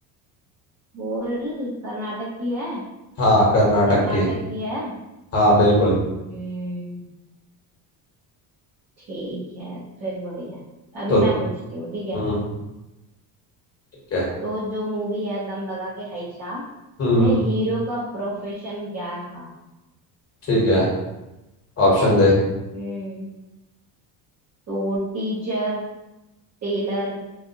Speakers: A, on the right (about 35°); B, on the left (about 35°).
A: बोल कर्नाटक की है
B: हाँ कर्नाटक
A: कर्नाटक
B: के
A: की है
B: हाँ बिल्कुल
A: हम्म ठीक है फिर बढ़िया है अभी
B: तो
A: मैं पूछती हूँ ठीक है
B: हम्म ठीक है
A: तो जो मूवी है दम लगा के हाइशा
B: हम्म
A: में हीरो का प्रोफेशन क्या था
B: ठीक है ऑप्शन दे
A: हम्म तो टीचर टेलर